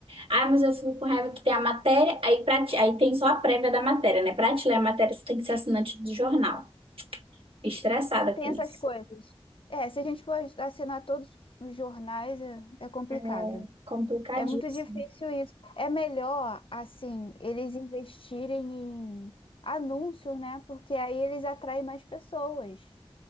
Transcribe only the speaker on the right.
Ah, mas eu fico com raiva que tem a matéria, aí, pra ti- aí tem só a prévia da matéria, né? Pra te ler a matéria, você tem que ser assinante do jornal. Estressada com
isso.
É complicadíssimo.